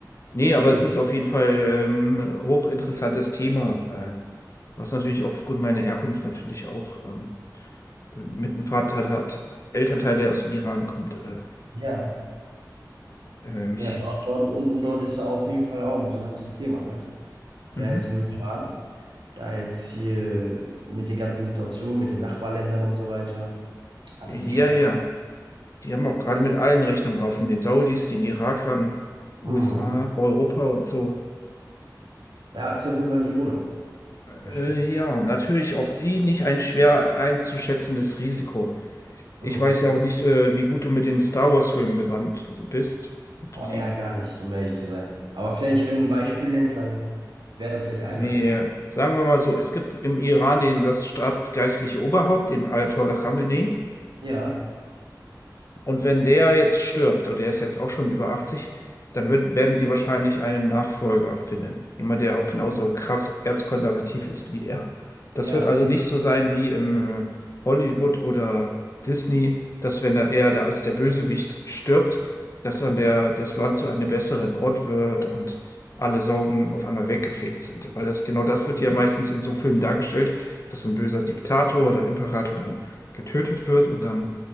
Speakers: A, on the left (about 45°); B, on the right (about 85°).
A: Nee,
B: Okay.
A: aber es ist auf jeden Fall ähm, hochinteressantes Thema, äh, was natürlich auch aufgrund meiner Herkunft natürlich auch ähm, mit einem Vater, hat- Elternteil, der aus dem Iran kommt, äh,
B: Ja.
A: äh, mich.
B: Ja, dort, dort unten, dort ist da auf jeden Fall auch ein brisantes Thema, ne? Da
A: Mhm.
B: jetzt im Iran. Da jetzt hier mit den ganzen Situationen, mit den Nachbarländern und so weiter. Ah,
A: Ja,
B: das ist schon.
A: ja. Die haben auch gerade mit allen Rechnungen offen, den Saudis, den Irakern, USA,
B: Mhm.
A: Europa und so.
B: Ja, es ist auf jeden Fall nicht ohne.
A: Äh,
B: Ja, stimmt.
A: ja, natürlich auch sie nicht ein schwer einzuschätzendes Risiko. Ich
B: Mhm.
A: weiß ja auch nicht, äh, wie gut du mit den Star Wars-Filmen bewandt bist. Ob du
B: Oh,
A: die,
B: eher gar nicht, um ehrlich zu sein. Aber vielleicht, wenn du ein Beispiel nennst, dann wäre das vielleicht einleuchtend.
A: nee, sagen wir mal so, es gibt im Iran den, das staatgeistliche Oberhaupt, den Ayatollah Khamenei.
B: Ja,
A: Und wenn der jetzt stirbt, oder der ist jetzt auch schon über 80, dann wird, werden sie wahrscheinlich einen Nachfolger finden. Jemand, der auch
B: ja,
A: genauso krass erzkonservativ ist wie er. Das
B: ja,
A: wird also nicht so sein wie im äh, Hollywood oder Disney, dass wenn er eher der, als der Bösewicht stirbt, dass dann der, das Land zu einem besseren Ort wird und alle Sorgen auf einmal weggefegt sind. Weil das, genau
B: mhm.
A: das wird ja meistens in so Filmen dargestellt, dass ein böser Diktator oder Imperator dann getötet wird und dann